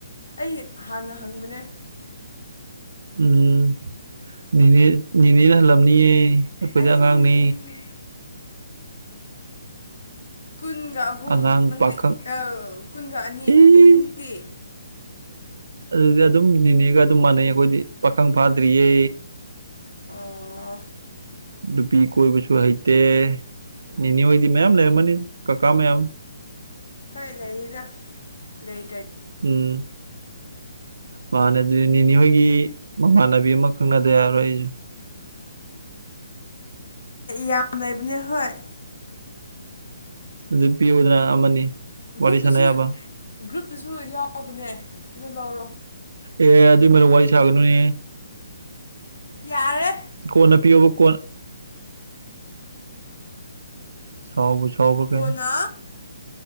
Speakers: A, on the left; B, on the right.
A: ꯑꯩ ꯍꯥꯟꯅ ꯍꯪꯕꯅꯦ
B: ꯎꯝ ꯅꯦꯅꯦ ꯅꯦꯅꯦꯅꯥ ꯍꯜꯂꯝꯅꯤꯌꯦ ꯑꯩꯈꯣꯏꯗꯤ
A: ꯑꯩ
B: ꯑꯉꯥꯡꯅꯦ
A: ꯀꯨꯟꯒ ꯑꯍꯨꯝ
B: ꯑꯉꯥꯡ
A: ꯅꯪꯗꯤ
B: ꯄꯥꯈꯪ
A: ꯑꯥ ꯀꯨꯟꯒ ꯑꯅꯤ
B: ꯏ
A: ꯅꯪꯗꯤ
B: ꯑꯗꯨꯗꯤ ꯑꯗꯨꯝ ꯅꯤꯅꯦꯒ ꯑꯗꯨꯝ ꯃꯥꯟꯅꯩ ꯑꯩꯈꯣꯏꯗꯤ ꯄꯥꯈꯪ ꯐꯥꯗ꯭ꯔꯤꯌꯦ
A: ꯑꯣ
B: ꯅꯨꯄꯤ ꯀꯣꯏꯕꯁꯨ ꯍꯩꯇꯦ ꯅꯤꯅꯦ ꯍꯣꯏꯗꯤ ꯃꯌꯥꯝ ꯂꯩꯔꯝꯃꯅꯤ ꯀꯀꯥ ꯃꯌꯥꯝ
A: ꯍꯣꯏ ꯂꯩꯔꯤꯗ ꯂꯩ
B: ꯎꯝ ꯃꯅꯥꯗꯤ ꯅꯤꯅꯤ ꯍꯣꯏꯒꯤ ꯃꯃꯥꯟꯅꯕꯤ ꯑꯃ ꯈꯪꯅꯗ ꯌꯥꯔꯣꯏ ꯑꯩꯁꯨ
A: ꯌꯥꯝ ꯂꯩꯕꯅꯦ ꯍꯣꯏ
B: ꯑꯗꯨ ꯄꯤꯌꯨꯗꯅ ꯑꯃꯅꯤ ꯋꯥꯔꯤ
A: ꯒ꯭ꯔꯨꯞꯇꯨꯁꯨ
B: ꯁꯥꯟꯅ ꯌꯥꯕ
A: ꯒ꯭ꯔꯨꯞꯇꯨꯁꯨ ꯌꯥꯎꯕꯅꯦ ꯑꯗꯨ ꯂꯧꯔꯣ
B: ꯑꯦ ꯑꯗꯨ ꯃꯔꯨ ꯋꯥꯔꯤ ꯁꯥꯕꯅꯣꯏ
A: ꯌꯥꯔꯦ
B: ꯀꯣꯟꯅ ꯄꯤꯌꯣꯕꯨ ꯀꯣꯟꯅꯥ ꯁꯥꯎꯕꯨ ꯁꯥꯎꯕꯔꯥ ꯀꯩꯅꯣ
A: ꯀꯣꯟꯅ